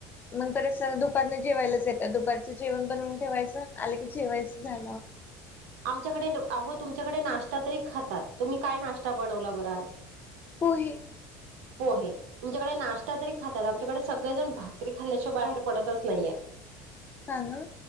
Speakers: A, on the left; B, on the right.
A: मग परत स दुपारन जेवायलाच येतात दुपारचं जेवण बनवून ठेवायचं आलं की जेवायचं झालं. <inaudible>
B: आमच्याकडे अहो तुमच्याकडे नाश्ता तरी खातात तुम्ही काय नाश्ता बनवला बरं आज!
A: पोहे
B: पोहे तुमच्याकडे नाश्ता तरी खातात आमच्याकडे सगळेजण भाकरी खाल्ल्याशिवाय बाहेर पडतच नाही आहेत.
A: हा ना